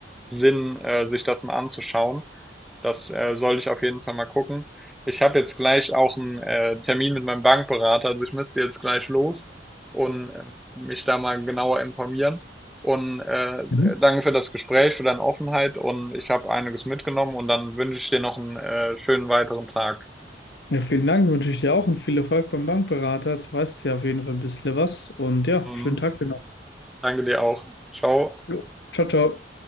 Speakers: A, in the centre; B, on the left.
A: Sinn, äh, sich das mal anzuschauen. Das äh, sollte ich auf jeden Fall mal gucken. Ich habe jetzt gleich auch einen äh, Termin mit meinem Bankberater, also ich müsste jetzt gleich los und äh, mich da mal genauer informieren. Und äh,
B: Mhm.
A: danke für das Gespräch, für deine Offenheit und ich habe einiges mitgenommen und dann wünsche ich dir noch einen äh, schönen weiteren Tag.
B: Ja, vielen Dank, wünsche ich dir auch und viel Erfolg beim Bankberater. Jetzt weißt du ja auf jeden Fall ein bisschen was und ja,
A: Mhm.
B: schönen Tag dir noch.
A: Danke dir auch. Ciao.
B: Jo. Ciao, ciao.